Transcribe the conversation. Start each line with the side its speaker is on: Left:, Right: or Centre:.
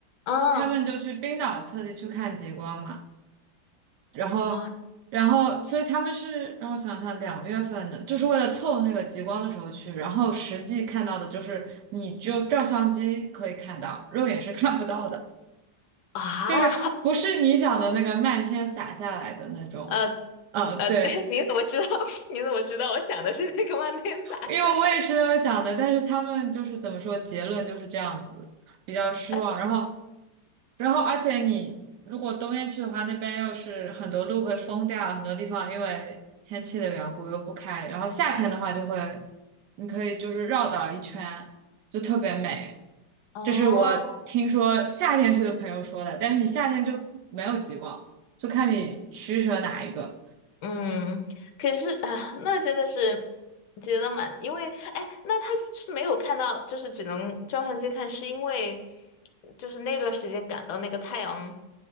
Left: 啊。
Right: 他们就去冰岛特地去看极光嘛。然后，
Left: 啊，
Right: 然后，所以他们是让我想想，两月份的，就是为了凑那个极光的时候去，然后实际看到的就是你只有照相机可以看到，肉眼是看不到的，
Left: 啊，
Right: 就是不是你想的那个漫天洒下来的那种。
Left: 呃
Right: 呃，
Left: 呃，
Right: 对，
Left: <laughs> 对，你怎么知道？<laughs> 你怎么知道？我想的是那个万年洒晒
Right: 因为我也是那么想的，但是他们就是怎么说，结论就是这样子，比较失望。
Left: <laughs>。
Right: 然后然后而且你如果冬天去的话，
Left: 嗯，
Right: 那边又是很多路会封掉，很多地方因为天气的缘故又不开。然后夏天的话就会，你可以就是绕岛一圈，就特别美。
Left: 哦，
Right: 这是我听说夏天去的朋友说的，但是你夏天就不没有极光，就看你取舍哪一个。
Left: 嗯，可是啊，那真的是觉得蛮，因为哎，那他是没有看到，就是只能照相机看，是因为就是那段时间感到那个太阳